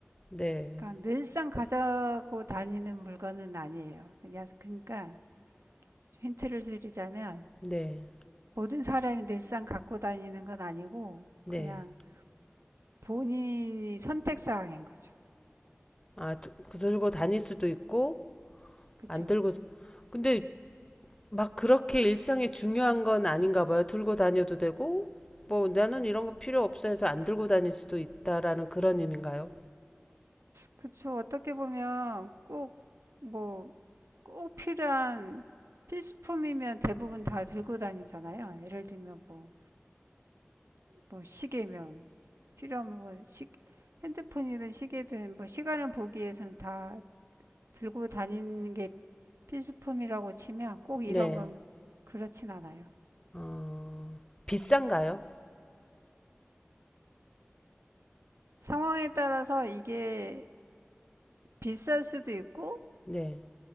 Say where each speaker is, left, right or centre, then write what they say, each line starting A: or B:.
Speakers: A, on the left (about 20°); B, on the right (about 85°).
A: 네,
B: 그러니까 늘상 가지고 다니는 물건은 아니에요. 그냥 그러니까 힌트를 드리자면
A: 네,
B: 모든 사람이 늘상 갖고 다니는 건 아니고
A: 네.
B: 그냥 본인이 선택 사항인 거죠.
A: 아, 두- 그 들고 다닐 수도 있고,
B: 그렇죠.
A: 안 들고. 근데 막 그렇게 일상에 중요한 건 아닌가 봐요. 들고 다녀도 되고, 뭐 나는 이런 거 필요 없어 해서 안 들고 다닐 수도 있다라는 그런 의미인가요?
B: 그렇죠. 어떻게 보면 꼭뭐 꼭 필요한 필수품이면 대부분 다 들고 다니잖아요. 예를 들면 뭐, 뭐 시계면 필요하면 뭐 핸드폰이든 시계든 뭐 시간을 보기 위해서는 다 들고 다니는 게 필수품이라고 치면 꼭 이런
A: 네.
B: 건 그렇진 않아요.
A: 어, 비싼가요?
B: 상황에 따라서 이게 비쌀 수도 있고
A: 네.